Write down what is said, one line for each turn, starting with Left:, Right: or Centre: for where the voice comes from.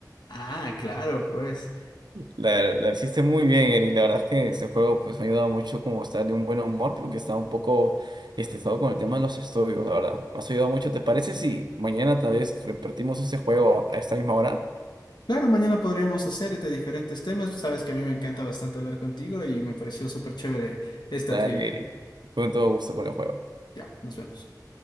Left: Ah, claro, pues.
Right: La, la hiciste muy bien, Eri. La verdad es que este juego pues me ha ayudado mucho como a estar de un buen humor porque estaba un poco estresado con el tema de los estudios, la verdad. Me has ayudado mucho. ¿Te parece si mañana tal vez repartimos este juego a esta misma hora?
Left: Claro, mañana podríamos hacer de diferentes temas. Sabes que a mí me encanta bastante hablar contigo y me pareció súper chévere esta
Right: Dale,
Left: trivia.
Right: Eri. Con todo gusto con el juego.
Left: Ya, nos vemos.